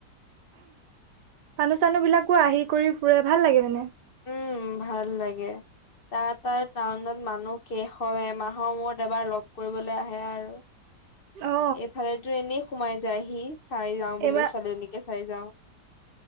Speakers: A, on the right; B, on the left.
A: মানু চানু বিলাকো আহি কৰি ফুৰে ভাল লাগে মানে।
B: উম ভাল লাগে, তাৰ তাৰ টাউনত মানুহ কেশ এমাহৰ মূৰত এবাৰ লগ কৰিবলে আহে আৰু।
A: অ
B: এইফালেতো এনেই সোমাই যায়হি চাই যাওঁ বুলি
A: এইবাৰ
B: ছোৱালীজনীকে চাই যাওঁ।